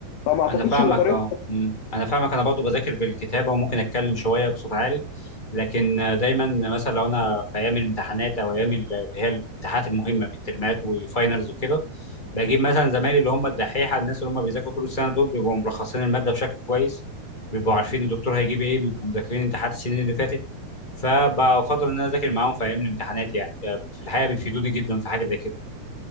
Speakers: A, on the left; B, on the left.
A: فما اعتقدش
B: انا فاهمك
A: ان طريقه
B: اه أمم. انا فاهمك انا برضو بذاكر بالكتابه وممكن اتكلم شويه بصوت عالي لكن آه، دايما مثلا لو انا في ايام الامتحانات او ايام ال- اللي هي الامتحانات المهمه الترمات وفاينلز وكده بجيب مثلا زمايلي اللي هم الدحيحه الناس اللي هم بيذاكروا طول السنه دول بيبقوا ملخصين الماده بشكل كويس بيبقوا عارفين الدكتور هيجيب ايه بيبقوا مذاكرين امتحانات السنين اللي فاتت فبفضل ان انا اذاكر معاهم في ايام الامتحانات يعني آه، في الحقيقه بيفيدوني جدا في حاجه زي كده